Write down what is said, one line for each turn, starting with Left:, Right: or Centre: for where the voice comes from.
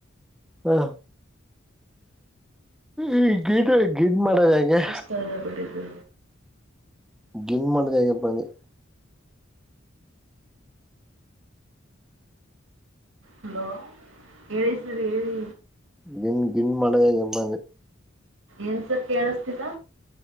Centre: ಹಾ ಈ ಗಿಡ್ ಗಿಡ್ ಮಾಡದ ಹಂಗೆ
Right: ಸ ಕೊಟ್ಟಿದ್ದ
Centre: ಗಿಂಗ್ ಮಾಡಟದಗಪ್ಪದು
Right: ಹಲೋ ಹೇಳಿ ಸರ್ ಹೇಳಿ
Centre: ಗಿನ್ ಗಿನ್ ಮಾಡದ ಎಮ್ಮ
Right: ಏನ್ಸರ್ ಕೇಳಿಸತಿಲ್ಲ